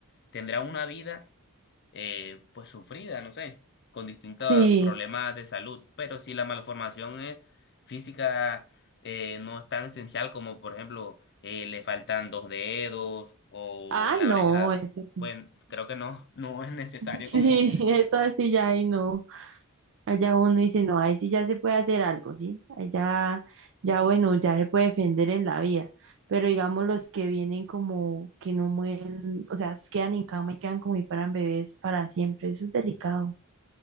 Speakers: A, on the left; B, on the right.
A: tendrá una vida, eh, pues, sufrida, no sé, con distintos
B: sí,
A: problemas de salud, pero si la malformación es física, eh, no es tan esencial como, por ejemplo, eh, le faltan dos dedos o
B: ah,
A: la
B: no,
A: oreja,
B: eso sí.
A: pues, creo que no, <laughs> no es necesario
B: <laughs> Sí,
A: como
B: eso así ya y no. Allá uno dice, no, ahí sí ya se puede hacer algo, ¿sí? Allá, ya bueno, ya se puede defender en la vida. Pero digamos los que vienen como que no mueren, o sea, quedan en cama y quedan como si fueran bebés para siempre, eso es delicado.